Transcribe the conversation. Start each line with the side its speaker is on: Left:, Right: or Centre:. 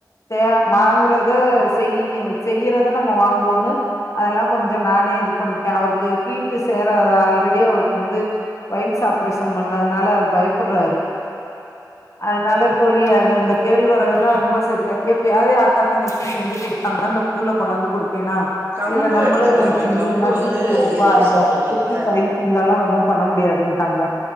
Left: தே வாங்குறத செய்யி செய்யிறத நம்ம வாங்குவோன்னு அதுனால கொஞ்ச நானே இது பண்ட்கே அவருக்கு ஹீட்டு சேறாதா ஆல்ரெடி அவருக்கு வந்து பைல்ஸ் ஆப்ரேஷன் பண்ணதுனால அது பயப்புற்றாரு அதுனால சொல்லி அது அந்த கேழ்வரகல்லா ரொம்ப சேத்துக்க எப்பயாவது எ அக்கா தங்கச்சி செஞ்சு குடுத்தாங்கனா அந்த கூழ கொண்டாந்து குடுப்பேனா
Right: கம்பு
Left: இதுல நம்மளே
Right: எடுத்துக்கலாமே
Left: இவ்வளவு செஞ்சு
Right: கம்பு
Left: இருந்தா
Right: வந்து
Left: ஹீட்டு ரொம்ப
Right: இரும்பு
Left: ஆய்டு
Right: சத்து உள்ளதுல்ல
Left: திருப்பி பைல்ஸ் வந்தாலு ஒண்ணு பண்ண மு துன்ட்டாங்க